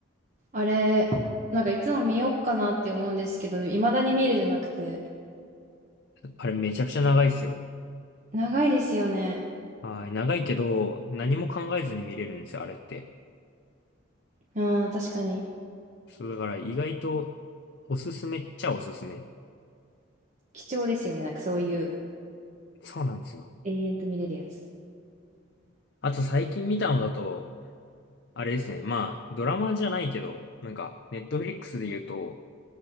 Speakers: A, on the right; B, on the left.
A: あれ、なんかいつも見よっかなって思うんですけど、未だに見るじゃなくて。
B: あれめちゃくちゃ長いですよ。
A: 長いですよね。
B: はい、長いけど、何も考えずに見れるんですよ、あれって。
A: うん、確かに。
B: そう、だから意外と、おすすめっちゃおすすめ。
A: 貴重ですよね。なんかそういう
B: そうなんですよ。
A: 永遠と見れるやつ。
B: あと最近見たのだと、あれですね、まあ、ドラマじゃないけど、なんか、ネットフリックスで言うと、